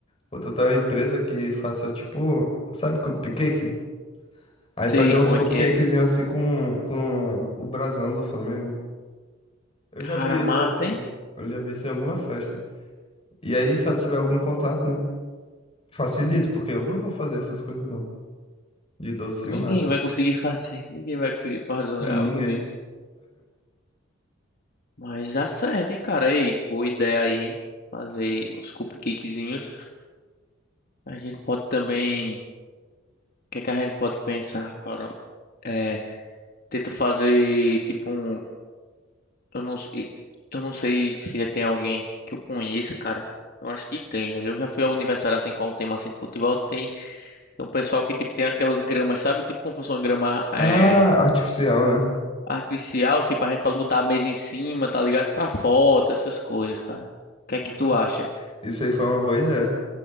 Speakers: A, on the left; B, on the left.
A: Contratar uma empresa que faça tipo. Sabe cupcake? Aí
B: Sei
A: fazer uns
B: como
A: cupcakezinhos
B: é que é.
A: assim com, com o brasão do Flamengo. Eu
B: Cara,
A: já vi
B: mata,
A: isso assim.
B: hein?
A: Eu já vi isso em alguma festa. E aí, se ela tiver algum contato, né? Facilita, porque eu não vou fazer essas coisas não. De docinho,
B: Ninguém
A: nada.
B: vai conseguir fazer. <laughs> Ninguém vai conseguir fazer um
A: Hum,
B: algo
A: Ninguém.
B: disso. Mas dá certo, hein, cara? Ei, boa ideia aí, hein? Fazer os cupcakezinhos. A gente pode também. que é que a gente pode pensar, cara? É, tento fazer tipo um, eu não, sei- eu não sei se tem alguém que eu conheça, cara. Eu acho que tem, mas eu já fui ao aniversário assim com um tema assim de futebol, tem, tem um pessoal que tipo tem aquelas gramas, sabe? Tipo como fosse uma grama
A: Ah,
B: é,
A: artificial, né?
B: artificial, assim, pra gente pode botar a mesa em cima, tá ligado? Pra foto, essas coisas, cara. O que é
A: Isso
B: que tu acha?
A: Isso aí foi uma boa ideia.